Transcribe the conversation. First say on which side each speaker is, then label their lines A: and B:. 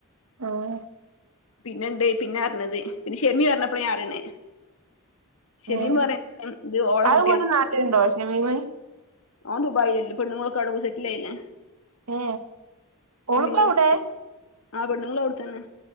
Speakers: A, on the right; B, on the left.
A: <unintelligible>
B: പിന്നെണ്ട് പിന്നെ അറിഞ്ഞത് പിന്ന ഷെമി പറഞ്ഞപ്പോ ഞാനറിയണ് ഷെമി
A: ഉം
B: പറയ ഇത് ഓള
A: അത്
B: കുട്ടിയാണ്
A: ഇവിടെ നാട്ടിലുണ്ടോ ഷമീമ്
B: ഓൻ ദുബായിലല്ലേയ് പെ ണ്ണുങ്ങളെക്കെ അവിടെപോയി സെറ്റിലായില്ലേ
A: ഏ ഓളിപ്പോ
B: പെണ്ണങ്ങൾ
A: എവിടെ
B: പോയി ആ പെണ്ണങ്ങൾ അവിടെ തന്നെ